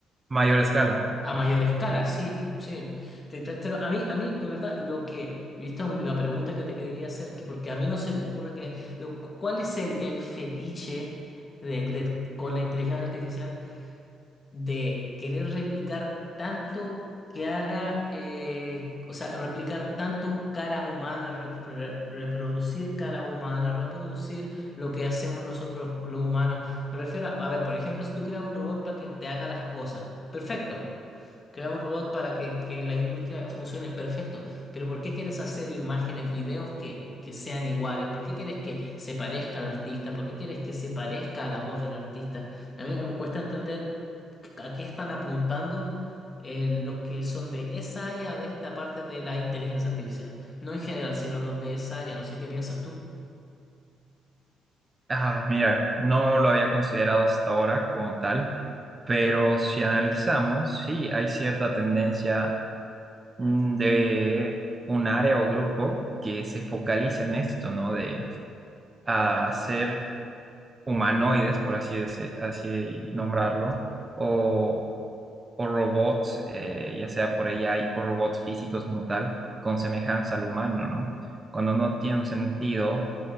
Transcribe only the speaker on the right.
mayor escala.
Ah, mira, no lo había considerado hasta ahora como tal, pero si analizamos, sí, hay cierta tendencia mm, de un área o grupo que se focaliza en esto, ¿no? De a hacer humanoides, por así, dese- así nombrarlo, o, o robots, eh, ya sea por AI o robots físicos como tal, con semejanza al humano, ¿no? Cuando no tiene un sentido,